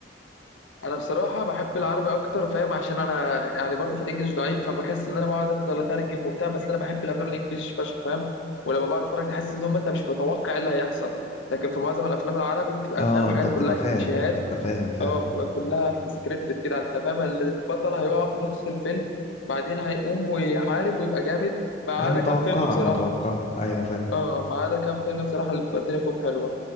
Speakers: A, on the left; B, on the left.
A: انا بصراحه بحب العربي اكتر فاهم عشان انا يعني برضو في الانجليش ضعيف فبكسل ان انا بقعد افضل اترجم وبتاع بس انا بحب الافلام الانجليش فشخ فاهم ولما بقعد اتفرج تحس ان هم انت مش متوقع ايه اللي هيحصل لكن في معظم الافلام العربي بتبقى
B: اه
A: فاهم حاجات
B: انت بتبقى
A: كلها
B: فاهم
A: كليشيهات
B: انت بتبقى فاهم فعلا
A: اه بتبقى كلها في سكريبتد كده انت فاهم ال- البطل هيقع في نص الفيلم بعدين هيقوم ويحارب ويبقى جامد ما عدا
B: آه، متوقعه
A: كام فيلم بصراحه
B: متوقعه ايوه فاهم
A: اه ما عدا كام فيلم بصراحه اللي بتبقى الدنيا فيهم حلوه